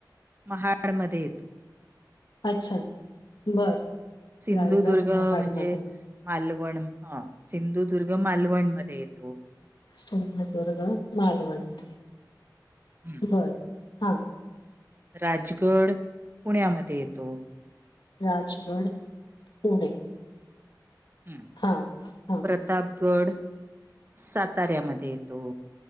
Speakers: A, on the right; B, on the left.
A: महाडमध्ये येतो.
B: अच्छा बरं.
A: सिंधुदुर्ग
B: रायगड महाडमध्ये,
A: म्हणजे? मालवण ह सिंधुदुर्ग मालवणमध्ये येतो.
B: सिंधुदुर्ग मालवण मध्ये
A: हम्म.
B: बरं हा.
A: राजगड पुण्यामध्ये येतो.
B: राजगड पुणे.
A: हम्म,
B: हा हा.
A: प्रतापगड साताऱ्यामध्ये येतो.